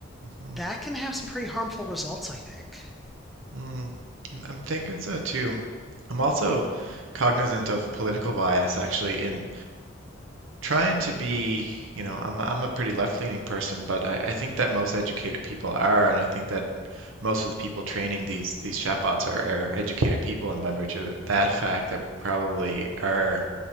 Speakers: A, on the right; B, in the centre.
A: mm-hmm,
B: that can have some pretty harmful results. I think.
A: mm. I'm thinking so too. I'm also cognizant of political bias actually in trying to be, you know, I'm I'm a pretty left-leaning person, but I, I think that most educated people are, and I think that most of the people training these these chatbots are, are educated people, and by virtue of that fact, there probably are,